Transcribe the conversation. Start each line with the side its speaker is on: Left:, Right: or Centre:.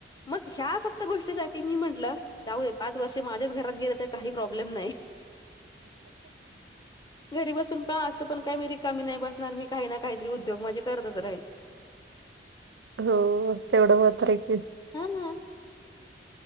Left: मग ह्या फक्त गोष्टीसा ठी की मी म्हटलं जाऊदे पाच वर्षे माझेच घरात गेलं तर काही प्रॉब्लेम नाही. घरी बसून पण असं पण काय मी रिकामी नाही बसणार मी काही ना काहीतरी उद्योग माझे करतच राहिन.
Right: हो तेवढं मात्र आहे की.
Left: हां.